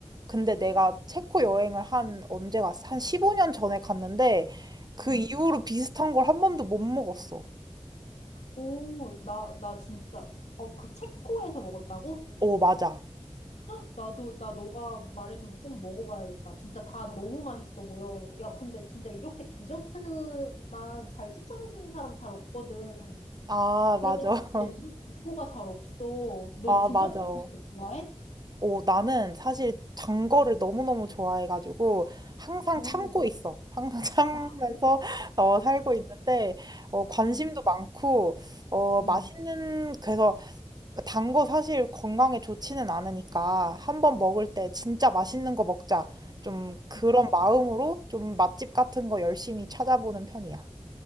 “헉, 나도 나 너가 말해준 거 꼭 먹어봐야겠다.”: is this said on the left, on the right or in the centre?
Left